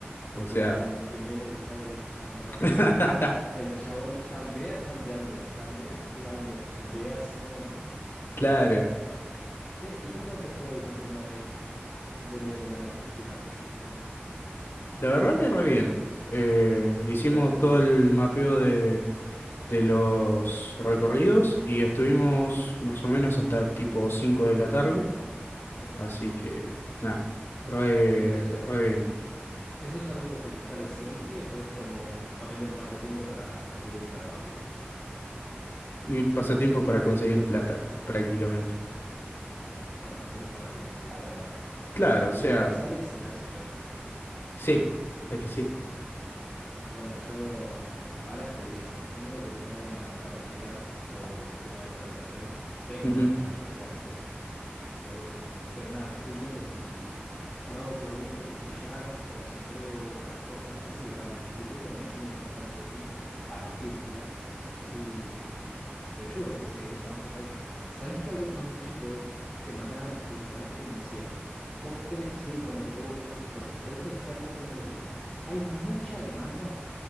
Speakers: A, on the left; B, in the centre.
A: o
B: Brian,
A: sea,
B: el que menos le sabe la chamba.
A: <laughs>
B: El chabón chambea chambeando, chambea jugando, chambea <laughs> soñando.
A: claro,
B: Che, ¿y cómo te fue hoy con el tema de, de lo de la logística? Eh,
A: la verdad que re bien. Eh, hicimos
B: ¿hasta qué hora estuvieron?
A: todo el mapeo de de los recorridos y estuvimos
B: Sí.
A: más o menos hasta tipo 5 de la tarde,
B: Sí.
A: así que nada, re,
B: Igual eso,
A: re bien.
B: ¿eso es algo que te sale siempre o es como ponerle un pasatiempo para conseguir plata, básicamente?
A: Y pasatiempo para conseguir plata, prácticamente.
B: Bueno, a ver, tampoco está mal igual. O sea,
A: Claro,
B: lo que,
A: o sea,
B: lo que sale se hace, perro.
A: sí, es que sí.
B: Bueno, yo ahora estoy viendo, tengo que ponerme a practicar por el tema de programación, tengo
A: Ujú,
B: que ponerme a practicar sí o sí, Eh, pero nada, estoy viendo si lo hago por gusto con C Sharp o si pruebo otras cosas. Pasa que para el instituto me piden C Sharp sí o sí, va, nos piden C Sharp, y... pero yo veo que se usa mucho Python. ¿Sabés que hablé con un chico hoy que me hablaba respecto a esto y me decía, vos tenés que seguir con lo que te gusta, porque si te gusta C Sharp, vos pensás lo siguiente, hay mucha demanda